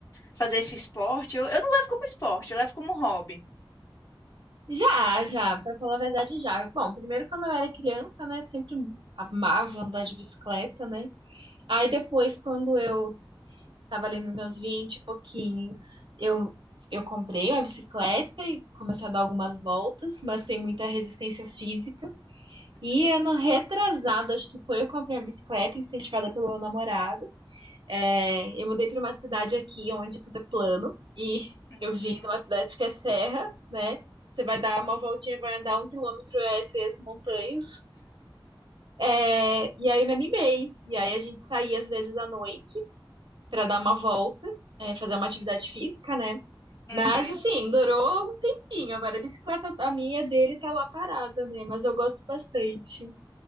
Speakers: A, on the left; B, on the right.
A: fazer esse esporte? Eu, eu não levo como esporte, eu levo como hobby.
B: Já, já, pra falar a verdade, já. Bom, primeiro quando eu era criança, né, sempre amava andar de bicicleta, né? Aí depois, quando eu tava ali nos meus 20 e pouquinhos, eu, eu comprei uma bicicleta e comecei a dar algumas voltas, mas sem muita resistência física. E ano retrasado, acho que foi, eu comprei uma bicicleta incentivada pelo meu namorado. É, eu mudei para uma cidade aqui onde tudo é plano e eu
A: Hum.
B: vim numa cidade que é serra, né? Você vai dar uma voltinha, vai andar um quilômetro, é três montanhas. É, e aí me animei. E aí a gente saía às vezes à noite para dar uma volta, é, fazer uma atividade física, né?
A: Uhum.
B: Mas assim, durou um tempinho. Agora a bicicleta, a minha dele tá lá parada, né? Mas eu gosto bastante.